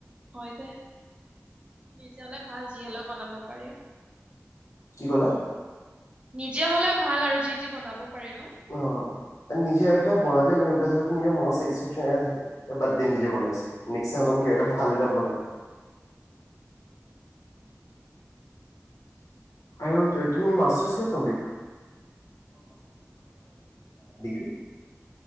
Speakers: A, on the right; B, on the left.
A: হয় দে নিজ হলে ভাল যি হ'লেও বনাব পাৰি
B: কি ক'লা?
A: নিতিয়া হলে ভাল আৰু যি যি বনাব পাৰি ন।
B: অ নিজৰ এটা বনালৈ গম ধৰ নিজৰ ম থাকে এ বাদ দি নিজে বনাইছো মিষচাখন
A: অ
B: কিয় এটা ভাল এটা বনাম। আৰু তুমি মাষ্টাৰ ক <inaudible>